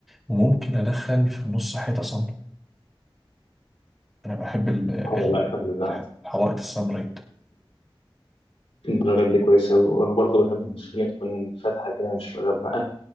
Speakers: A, in the centre; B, on the left.
A: وممكن أدخل في النص حيطة صنبا أنا بحب ال... ال-
B: أه لا أنا ده
A: الحوائط السمراء
B: الدرجات دي كويسة أوي. وأنا برضه بحب إن الدنيا تكون فاتحة كده مش مغمقة